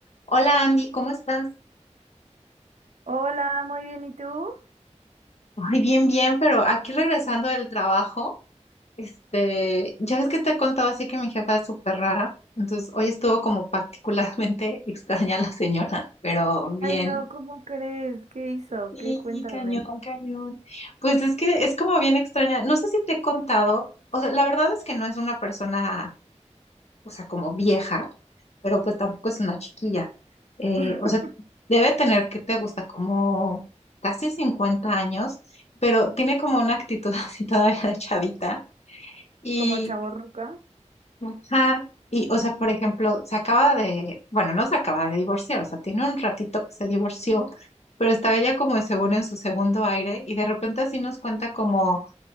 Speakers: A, on the left; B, on the right.
A: Hola Andy, ¿cómo estás?
B: Hola, muy bien, ¿y tú?
A: Ay, bien, bien, pero aquí regresando del trabajo, este, ya ves que te he contado así que mi jefa es súper rara, entonces hoy estuvo como particularmente <laughs> extraña la señora, pero bien.
B: Ay, no, ¿cómo crees? ¿Qué hizo?
A: Sí,
B: ¿Qué? Cuéntame.
A: cañón, cañón. Pues es que es como bien extraña, no sé si te he contado, o sea, la verdad es que no es una persona, o sea, como vieja, pero pues tampoco es una chiquilla. Eh,
B: <laughs>
A: o sea, debe tener que te gusta como casi 50 años, pero tiene como una actitud <laughs> así todavía de chavita. Y,
B: ¿Como chavorruca?
A: ajá, y, o sea, por ejemplo, se acaba de, bueno, no se acaba de divorciar, o sea, tiene un ratito que se divorció, pero está ella como en- según en su segundo aire y de repente así nos cuenta como